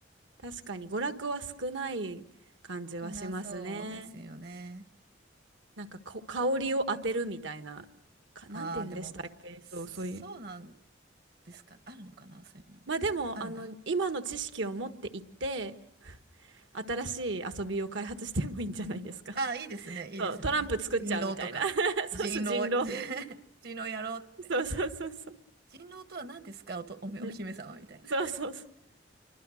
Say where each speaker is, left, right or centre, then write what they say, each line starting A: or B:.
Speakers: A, on the right; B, on the right.
A: 確かに娯楽は少ない感じはしますね。
B: 少なそうですよね。
A: なんかこ、香りを当てるみたいな、か、なんて言うんでしたっけそう、
B: ああ、でも、そうなん
A: そういう。
B: ですか。あるのかな、そういうのも。
A: まあでも、
B: あるんだ。
A: あの、今の知識を持っていって、新しい遊びを開発してもいいんじゃないですか。
B: ああーいいですね、
A: <laughs>
B: いいですね。
A: そう、トランプ作っちゃうみたいな。
B: 人狼とか。
A: <laughs> そうそう、
B: 人狼、
A: 人狼。
B: <laughs> 人狼やろうって。
A: そうそうそうそう。
B: 人狼とは何ですか、おと、おめ、
A: ね
B: お姫様みたいな。
A: そうそうそう。